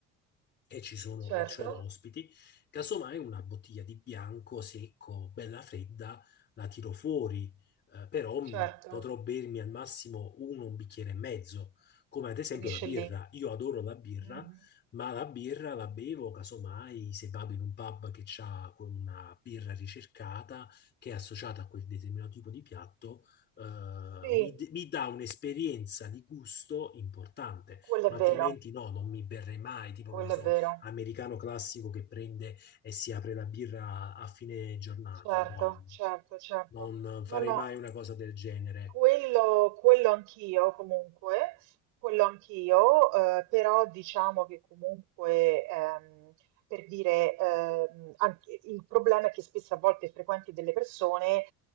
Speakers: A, on the left (about 35°); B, on the right (about 80°).
A: e ci sono
B: Certo,
A: e c'ho ospiti, casomai una bottiglia di bianco secco, bella fredda, la tiro fuori, eh, però mh,
B: certo,
A: potrò bermi al massimo uno, un bicchiere e mezzo, come ad esempio
B: finisce
A: la birra.
B: lì.
A: Io adoro la birra,
B: Mhm.
A: ma la birra la bevo casomai se vado in un pub che ha una birra ricercata, che è associata a quel determinato tipo di piatto, eh,
B: Sì,
A: mi, d- mi dà un'esperienza di gusto importante
B: quello
A: ma
B: è vero,
A: altrimenti no, non mi berrei mai, tipo
B: quello
A: che ne so,
B: è vero.
A: americano classico che prende e si apre la birra a fine giornata,
B: Certo,
A: no?
B: certo, certo.
A: Non
B: No,
A: farei
B: no,
A: mai una cosa del genere.
B: quello, quello anch'io comunque, quello anch'io, eh, però diciamo che comunque, ehm, per dire, ehm, anche- il problema è che spesso a volte frequenti delle persone,